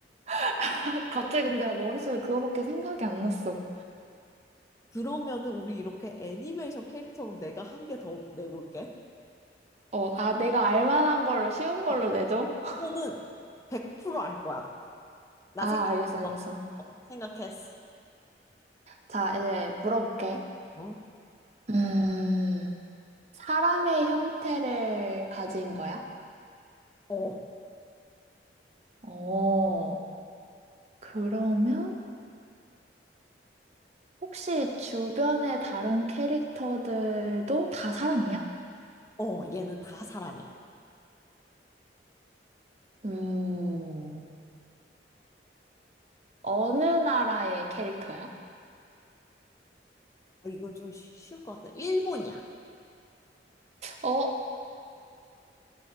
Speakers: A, on the right; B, on the left.
A: <laughs> 갑자기
B: 어,
A: 근데 머릿속에 그거밖에 생각이 안 났어.
B: 그러면은 우리 이렇게 애니메이션 캐릭터로 내가 한 개 더 내볼게.
A: 어, 아, 내가 알 만한 걸로, 쉬운 걸로
B: 어,
A: 내줘? <laughs>
B: 이거는 100%알 거야. 나
A: 아,
B: 생각했어.
A: 알겠어, 알겠어.
B: 어, 생각했어.
A: 자, 이제 물어볼게.
B: 어?
A: 음, 사람의 형태를 가진 거야?
B: 어,
A: 어, 그러면 혹시 주변의 다른 캐릭터들도 다 사람이야?
B: 어, 얘는 다 사람이야.
A: 음, 어느 나라의 캐릭터야?
B: 아, 이거 좀 쉬울 것 같아. 일본이야.
A: 어,